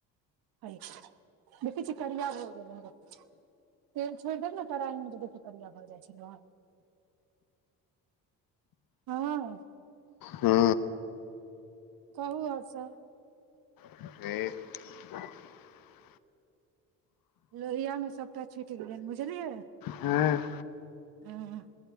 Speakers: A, on the right (about 70°); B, on the left (about 60°).
A: आय देखै छियै करिया भ गेल तेल छोड़ देब न कराहि मे जे बिलकुल करिया भऽ जाइ छै न हँ
B: हू
A: कहू आउर सब
B: ठिक
A: लोहिया मे सबटा छुइट गेलै बुझलियै
B: हँ
A: हँ